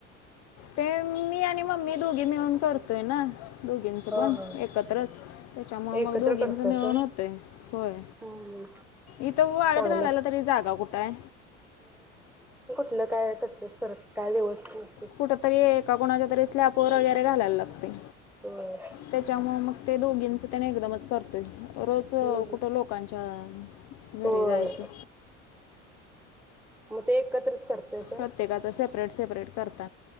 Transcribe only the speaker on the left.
ते मी आणि मम्मी दोघी मिळून करतोय ना. दोघींच
पण
एकत्रच त्याच्यामुळ
मग दोघींच
मिळून होतंय होय
इथं वाळत
घालायला तरी जागा कुठ आहे?
कुठ तरी एका कोणाच्या तरी स्लॅपवर वगैरे घालायला लागते.
त्याच्यामुळ मग ते दोघींच त्याने एकदमच करतय रोज
कुठं लोकांच्या घरी
जायचं.
प्रत्येकाच सेपरेट सेपरेट करत